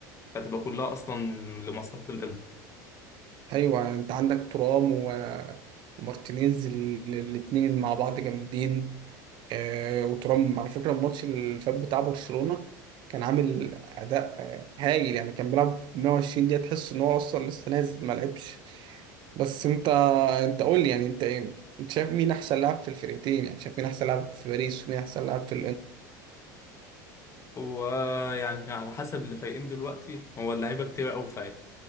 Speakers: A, on the left (about 30°); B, on the right (about 50°).
A: هتبقى كلها اصلا لمصلحة الانتر
B: ايوه انت عندك ترام و- ومارتينيز ال- الاتنين مع بعض جامدين آه، وترام على فكره الماتش اللي فات بتاع برشلونه كان عامل اداء آه، هايل يعني كان بيلعب 120 دقيقه تحس ان هو اصلا لسه نازل ما لعبش بس انت انت قول لي يعني انت ايه انت شايف مين احسن لاعب في الفرقتين يعني شايف مين احسن لاعب في باريس ومين احسن لاعب في
A: ويعني على حسب اللي فايقين دلوقتي هو اللعيبة كتير قوي فايقة